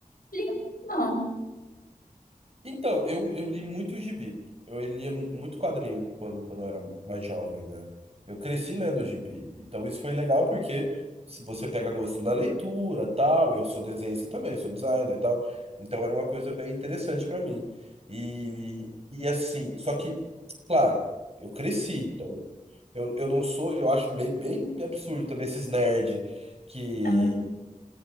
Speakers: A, on the left (about 85°); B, on the right (about 45°).
A: li, muito, não.
B: Então, eu, eu li muito gibi. Eu lia muito quadrinho quando, quando eu era mais jovem, né? Eu cresci lendo gibi. Então, isso foi legal porque se você pega gosto na leitura, tal, eu sou desenhista também, sou designer e tal. Então, era uma coisa bem interessante para mim. E, e assim, só que, claro, eu cresci. Então, eu, eu não sou, eu acho bem, bem absurdo também esses nerd que,
A: Ah,